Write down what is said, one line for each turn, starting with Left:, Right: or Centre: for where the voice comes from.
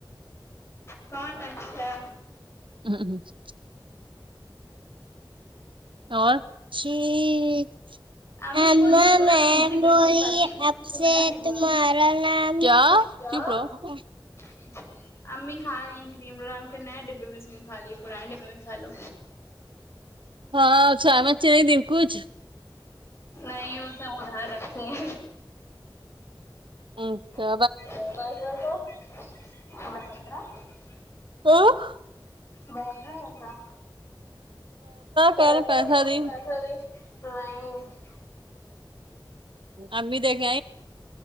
Left: کون اچھا
Right: <unintelligible> اور شییی
Left: امی
Right: اما
Left: وہ لوگ پورا
Right: میم
Left: تو وہ ڈبے
Right: بولی
Left: میں دکھاتی یہ
Right: اب
Left: تو
Right: سے
Left: نیا ڈبا
Right: تمہارا
Left: ہے
Right: نام کیا
Left: کیا
Right: چپ رہو
Left: <unintelligible> امی کھاری آ کریم نئے ڈبے میں سے کھا رہی پرانے ڈبے میں سے کھا لو
Right: <unintelligible>
Left: نہیں وہ سب ادھر رکھتے ہیں
Right: امچا
Left: <unintelligible>
Right: آہ
Left: بہتا ایسا پیسہ
Right: کہہ رہے
Left: سہ
Right: دی
Left: پیسہ نہیں <unintelligible>
Right: امی دیکھیں